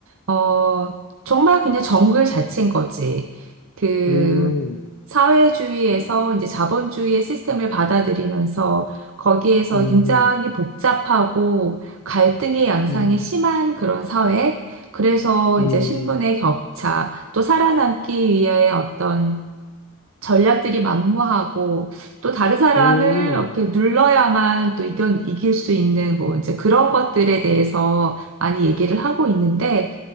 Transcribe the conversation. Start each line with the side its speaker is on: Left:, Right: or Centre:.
Right: 어, 정말 그냥 정글 자체인 거지. 그,
Left: 음,
Right: 사회주의에서 이제 자본주의의 시스템을 받아들이면서 거기에서
Left: 음,
Right: 굉장히 복잡하고 갈등의 양상이
Left: 음,
Right: 심한 그런 사회. 그래서
Left: 음,
Right: 이제 신분의 격차, 또 살아남기 위해 어떤 전략들이 만무하고 또 다른 사람을
Left: 음,
Right: 이렇게 눌러야만 또 이겨, 이길 수 있는 뭐 이제 그런 것들에 대해서 많이 얘기를 하고 있는데